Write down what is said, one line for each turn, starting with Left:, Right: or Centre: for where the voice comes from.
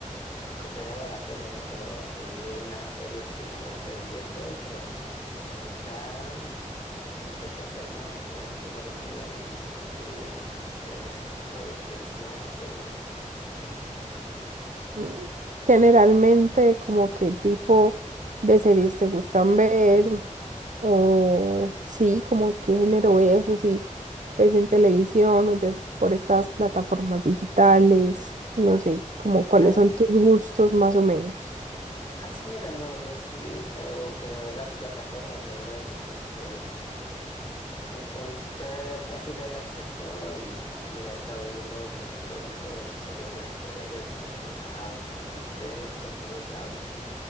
Left: un poco pegado a la tele, ¿no? Pero me vi unas series que tenía pendiente, pero ahorita no sé qué hacer, ¿no? ¿Qué, qué me recomiendas? No sé si tú ves algo de televisión o series.
Right: Mm, Generalmente, como qué tipo de series te gustan ver o sí, como qué género ves o si ves en televisión o ya es por estas plataformas digitales, no sé, como cuáles
Left: Ah,
Right: son tus gustos más o menos.
Left: ah, sí, mira, no, yo sí he estado pegado a las plataformas, la verdad, ¿no? Como que... con- son súper fácil el acceso y pues mira, he estado viendo, por ejemplo, muchas series de superhéroes, ¿no? Que está últimamente por todos lados.